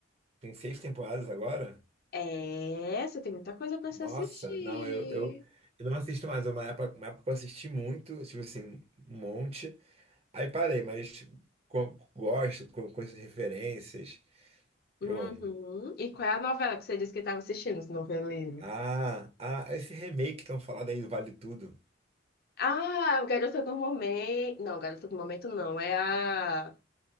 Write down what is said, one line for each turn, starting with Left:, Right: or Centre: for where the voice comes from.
Right: Tem seis temporadas agora?
Left: É, você tem muita coisa pra se
Right: Nossa,
Left: assistir.
Right: não, eu, eu, eu não assisto mais. É Uma época, uma época eu assisti muito, tipo assim, um monte. Aí parei, mas co- gosto, com, com essas referências.
Left: Uhum.
Right: Eu amo.
Left: E qual é a novela que você disse que estava assistindo, esse noveleiro?
Right: Ah, ah, esse remake que estão falando aí do Vale Tudo.
Left: Ah, o Garota do Momento. Não, Garota do Momento não, é a.